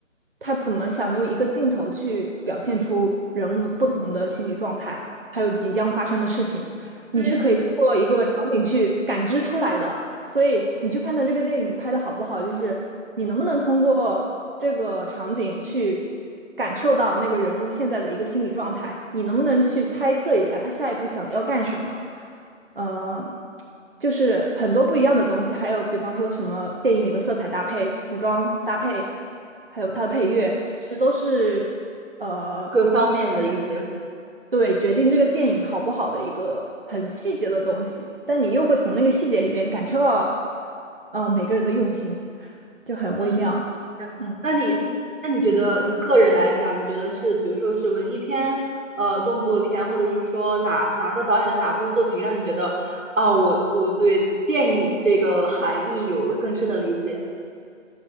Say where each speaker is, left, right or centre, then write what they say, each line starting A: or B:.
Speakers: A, on the right (about 45°); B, on the right (about 80°).
A: 他怎么想用一个镜头去表现出人物不同的心理状态，还有即将发生的事情。你是可以通过一个场景去感知出来的。
B: 对，
A: 所以你去判断这个电影拍的好不好，就是你能不能通过这个场景去感受到那个人物现在的一个心理状态，你能不能去猜测一下他下一步想要干什么？呃，就是很多不一样的东西，还有比方说什么电影里的色彩搭配、服装搭配，还有它的配乐，
B: 嗯，
A: 其实都是呃
B: 各方面的一个结合。
A: 对，决定这个电影好不好的一个很细节的东西，但你又会从那个细节里面感受到，呃，每个人的用心，就很微妙。
B: 啊，这样子那你那你觉得你个人来讲，
A: 嗯
B: 你觉得是比如说是文艺片、呃动作片，或者是说哪哪个导演的哪部作品让你觉得啊，我我对电影这个含义有了更深的理解？